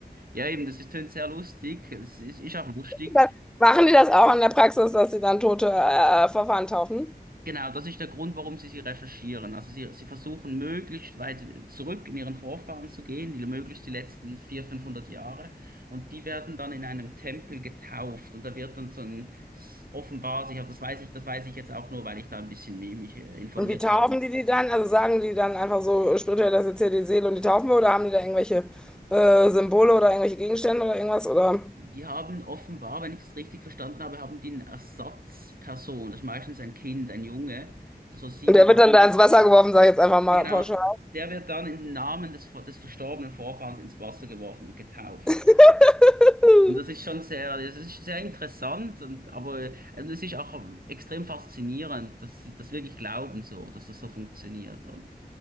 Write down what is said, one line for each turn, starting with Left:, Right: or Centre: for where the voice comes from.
Right: ja eben, das ist tönt sehr lustig, es ist, ist auch lustig,
Centre: Dann machen die das auch in der Praxis, dass sie dann tote äh, Verfahren taufen?
Right: Genau, das ist der Grund, warum sie sie recherchieren. Also sie, sie versuchen möglichst weit zurück in ihren Vorfahren zu gehen, die, möglichst die letzten 400, 500 Jahre. Und die werden dann in einem Tempel getauft. Und da wird dann so ein, offenbar, ich habe, das weiß ich, das weiß ich jetzt auch nur, weil ich da ein bisschen mi- mich äh, informiert
Centre: Und wie taufen
Right: habe.
Centre: die die dann? Also sagen die dann einfach so spirituell, das ist jetzt hier die Seele und die taufen wir? Oder haben die da irgendwelche äh, Symbole oder irgendwelche Gegenstände oder irgendwas? Oder?
Right: Die haben offenbar, wenn ich das richtig verstanden habe, haben die eine Ersatzperson. Das ist meistens ein Kind, ein Junge, das so sieben,
Centre: Und der wird
Right: acht,
Centre: dann da ins Wasser geworfen, sage ich jetzt einfach mal
Right: Ja, genau.
Centre: pauschal.
Right: Der wird dann im Namen des, des verstorbenen Vorfahrens ins Wasser geworfen und getauft.
Centre: <laughs>
Right: Und das ist schon sehr, das ist sehr interessant und aber äh, und es ist auch ähm, extrem faszinierend, dass sie das wirklich glauben so, dass das so funktioniert. Und